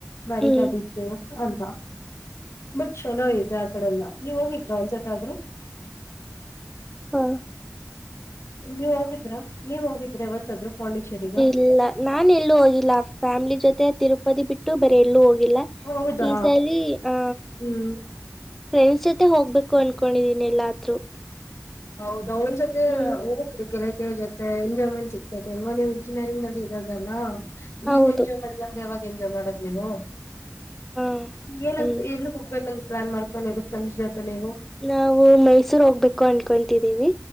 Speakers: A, on the left; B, in the centre.
A: ಮರಿನಾ
B: ಹ್ಮ್
A: ಬೀಚು ಅಲ್ವಾ ಬಟ್ ಚಲೋ ಇದೆ. ಡಲ್ಲ ನೀವ್ ಹೋಗಿದ್ರಾ ಒನ್ಸೆಸತಿ ಆದ್ರೂ.
B: ಹಾ.
A: ನೀವ್ ಹೋಗಿದ್ರ ನೀವ್ ಹೋಗಿದ್ರೆ ಯಾವತ್ತಾದ್ರೂ ಪಾಂಡಿಚೆರಿ ಗ.
B: ಇಲ್ಲ ನಾನ್ ಎಲ್ಲೂ ಹೋಗಿಲ್ಲ ಫ್ಯಾಮಿಲಿ ಜೊತೆ ತಿರುಪತಿ ಬಿಟ್ಟು ಬೇರೆ ಎಲ್ಲೂ ಹೋಗಿಲ್ಲ.
A: ಹೌದಾ
B: ಈ ಸಲಿ ಆ.
A: ಹ್ಮ್
B: ಫ್ರೆಂಡ್ಸ್ ಜೊತೆ ಹೋಗಬೇಕು ಅನ್ಕೊಂಡಿದೀನ ಎಲ್ಲಾದ್ರೂ.
A: ಹೌದ ಅವ್ಳ ಜೊತೆ.
B: ಹ್ಮ್
A: <unintelligible> ಮ ಎಂಜಾಯ್ಮೆಂಟ್ ಸಿಗ್ತೈತೆ ಇವಾಗ ನೀವು ಇಂಜಿನಿಯರಿಂಗ್ ನಲ್ಲಿ ಇರದಲ್ಲಾ
B: ಹೌದು
A: ಈಗ ಎಂಜಾಯ್ ಮಾಡ. ಲಿಲ್ಲ ಅಂದ್ರೆ ಯಾವಾಗ ಎಂಜಾಯ್ ಮಾಡದ್ ನೀವು
B: ಹಾ
A: ಏನಾದ್ರು
B: ಹ್ಮ್
A: ಎಲ್ಲಿ ಹೋಗ್ಬೇಕಂದ. ಪ್ಲಾನ್ ಮಾಡಕೊಂಡಿ ಫ್ರೆಂಡ್ಸ್ ಜೊತೆ ನೀವು.
B: ನಾವು ಮೈಸೂರ್ ಹೋಗ್ಬೇಕು ಅನ್ಕೊಂತಿದ್ದೀವಿ.